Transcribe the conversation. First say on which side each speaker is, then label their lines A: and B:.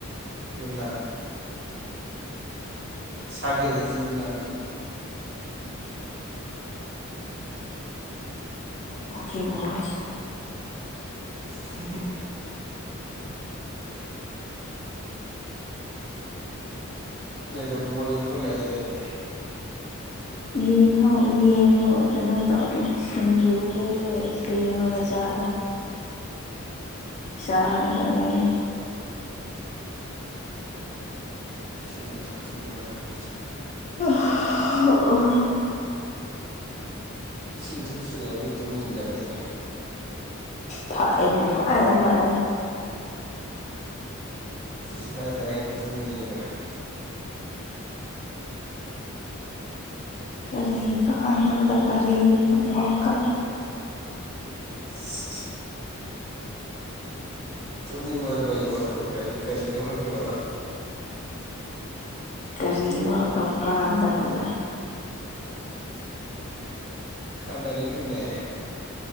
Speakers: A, on the right; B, on the left.
A: ꯌꯨꯝꯗ ꯁꯥꯒꯩ ꯑꯩꯁꯤ ꯌꯨꯝꯅꯥꯛꯅꯤ
B: ꯑꯣꯈꯤꯦ ꯣꯁ
A: <inaudible> ꯅꯣꯏꯗ ꯕꯣꯜ ꯌꯦꯡꯕ ꯂꯩꯏꯗꯥꯏꯅꯦ
B: ꯌꯦ ꯌꯦꯡ ꯀꯩꯅꯣꯝ ꯇꯧꯒꯦ ꯁꯖꯣꯛꯁꯒꯖꯔ ꯆꯥꯔꯒ ꯂꯩ
A: ꯏꯁꯤꯡ ꯊꯛꯆꯤꯟꯒꯗꯕꯅꯤ
B: <inaudible>
A: ꯏꯁꯤꯡ ꯊꯛꯆꯜꯂꯗꯤ ꯇꯨꯝꯅꯤꯡꯗꯕꯅꯤꯅꯦ
B: ꯊꯥꯛꯑꯦ ꯃ ꯊꯥꯏꯅ ꯊꯥꯛꯑꯦ
A: ꯄ ꯊꯔ ꯊꯔꯦ ꯍꯦ ꯇꯧꯅꯤꯡꯉꯤꯗꯨꯔꯥ
B: ꯀꯔꯤ ꯀꯥꯟꯗꯅꯕꯗ ꯀꯔꯤ ꯋꯥ ꯀ
A: ꯁꯤ ꯇꯨꯝꯅꯤꯡꯉꯣꯟꯕꯒꯤ ꯋꯥ ꯀꯨꯞ ꯀꯥꯏꯗꯤ ꯀꯔꯤꯅꯣ ꯈꯪꯗ꯭ꯔꯕ
B: ꯀꯔꯤ ꯋꯥ ꯀꯞ ꯀꯥꯗꯕꯗ
A: ꯀꯥꯟꯅꯔꯤꯅꯤꯅꯦ